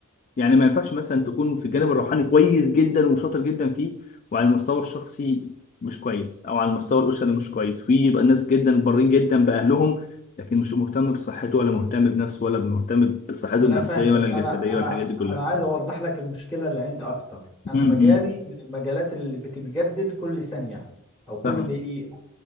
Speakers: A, on the left; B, in the centre.
A: يعني ما ينفعش مثلا تكون في الجانب الروحاني كويس جدا وشاطر جدا فيه وعلى المستوى الشخصي مش كويس او على المستوى الاسري مش كويس في يبقى ناس جدا بارين جدا باهلهم لكن مش مهتم بصحته ولا مهتم بنفسه ولا مهتم بصحته
B: ما
A: النفسيه
B: أنا فاهم بس
A: ولا الجسديه
B: أنا أنا
A: ولا الحاجات دي كلها
B: أنا عايز أوضح لك المشكلة اللي عندي أكتر أنا
A: امم
B: مجالي من المجالات اللي بتتجدد كل ثانية أو كل
A: فاهم
B: دقيقة